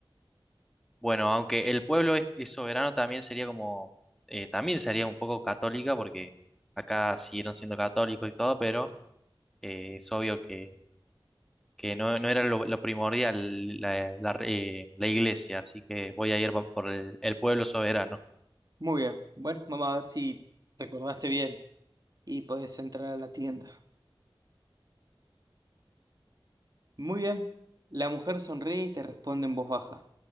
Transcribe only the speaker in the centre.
Bueno, aunque el pueblo es, es soberano, también sería como, eh, también sería un poco católica, porque acá siguieron siendo católicos y todo, pero eh, es obvio que, que no, no era lo, lo primordial la, la re- eh, la iglesia, así que voy a ir po- por el, el pueblo soberano.